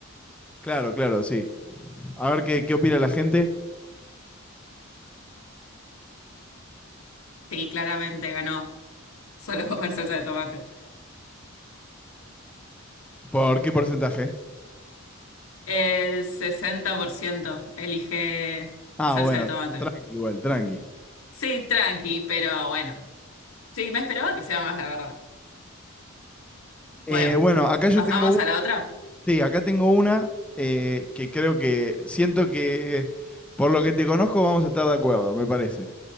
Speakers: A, in the centre; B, on the left.
A: Claro, claro, sí. A ver qué, qué opina la gente,
B: Sí, claramente ganó solo comer salsa de tomate.
A: por qué porcentaje.
B: El 60% elige
A: Ah,
B: salsa
A: bueno,
B: de tomate.
A: tranqui igual, tranqui.
B: Sí, tranqui, pero bueno. Sí, me esperaba que sea más, la verdad. Bueno,
A: Eh, bueno, acá yo
B: pasamos
A: tengo una
B: a la otra.
A: Sí, acá tengo una eh, que creo que siento que por lo que te conozco vamos a estar de acuerdo, me parece.